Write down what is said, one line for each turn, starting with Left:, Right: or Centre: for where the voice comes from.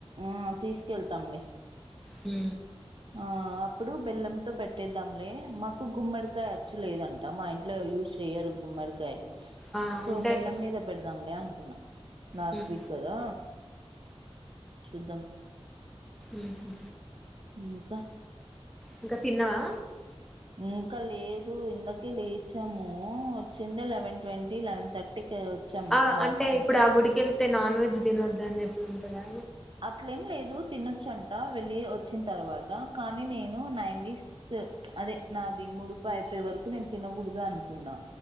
Right: ఆ తీసుకెళ్తామ్ లే
Centre: హ్మ
Right: ఆ అప్పుడు బెల్లంతో పెట్టేద్దాంలే మాకు గుమ్మడికాయ అచ్చు లేదంట మా ఇంట్లో యూస్ చెయ్యారు గుమ్మడికాయ
Centre: ఆ
Right: సో
Centre: ఉంటాయి
Right: బెల్లమ్మీద
Centre: లే.
Right: పెడేదాములే అను ఉు లాస్టు్వీక్
Centre: ఉమ్,
Right: కదా చూద్దాం
Centre: ఉహు
Right: మూకా
Centre: ఇంకా తిన్నావా
Right: ఇంకా లేదు ఇందకే లేచాము వచ్చింది లెవెన్ ట్వంటీ లెవెన్ థర్టీ కే వచ్చాం
Centre: ఆ
Right: హాస్టల్
Centre: ఇప్పుడు ఆ గుడికి వెళ్తే అంటే నాన్ వెజ్ తినొద్దు అని చెప్పి ఉంటదా
Right: అట్లేం లేదు తినొచ్చ అంట వెళ్ళి వచ్చిన తర్వాత కానీ నేను నైన్ సిక్స్ అదే నాది ముడుపు అయిపోయే వరకు నేను తినకూడదు అనుకున్నా